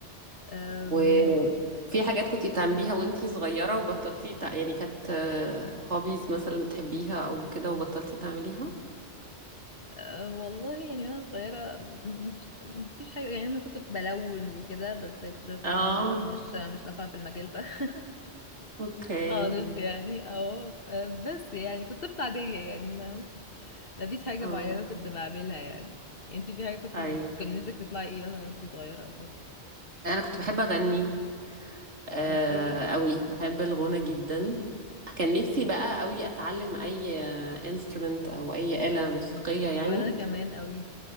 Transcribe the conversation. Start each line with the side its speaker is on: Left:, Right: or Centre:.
Left: أم...
Right: وفي حاجات كنتي بتعمليها وانتي صغيرة وبطلتي تع... يعني كانت هوبيز مثلا بتحبيها او كده وبطلتي تعمليها
Left: أه والله يعني وانا صغيره م- مش مفيش حاجه يعني مثلا كنت بلون وكده بس اكتشفت
Right: اه
Left: ان انا لا مش مش نافعه في المجال ده <laughs>
Right: اوكي
Left: خالص يعني او أه، بس يعني كنت طفله عاديه يعني ما مفيش حاجه
Right: اه
Left: معينه كنت بعملها يعني يعني انتي في حاجه كنت
Right: ايوه
Left: كان نفسك تطلعي ايه مثلا وانتي صغيره او كده
Right: انا كنت بحب اغني آه
Left: اوكي
Right: قوي بحب الغنى جدا كان نفسي بقى قوي اتعلم اي انسترومنت او اي آلة موسيقية يعني
Left: وانا كمان قوي